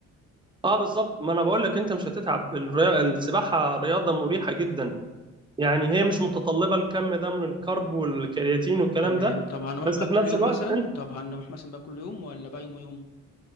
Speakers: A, on the right; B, on the left.
A: اه بالظبط ما انا بقول لك انت مش هتتعب الري... السباحه رياضه مريحه جدا يعني هي مش متطلبة الكم ده من الكرب والكرياتين والكلام
B: تمام
A: ده
B: طب هنروح
A: بس
B: بقى كل
A: في نفس
B: يوم
A: الوقت
B: مثلا
A: انت
B: طب هنروح مثلا بقى كل يوم ولا بقى يوم يوم